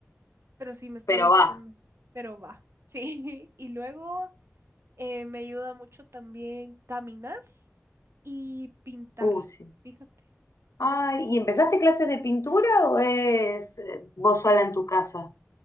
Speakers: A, on the right (about 60°); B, on the left (about 80°).
A: pero sí me está
B: pero
A: gustando.
B: va.
A: Pero va, sí. <laughs> Y luego eh, me ayuda mucho también caminar. y pintar,
B: Uh, sí.
A: fíjate.
B: Ay, ¿y empezaste clases de pintura o es eh, vos sola en tu casa?